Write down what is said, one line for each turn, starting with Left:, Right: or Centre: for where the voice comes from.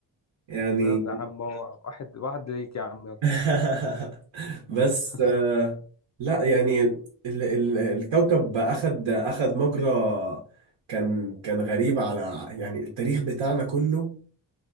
Right: يعني
Left: يلا يا عم هو واحد واحد ليك يا عم يلا
Right: <laughs> بس
Left: <laughs>
Right: آه، لا يعني ال ال الكوكب أخد أخد مجرى كان كان غريب على يعني التاريخ بتاعنا كله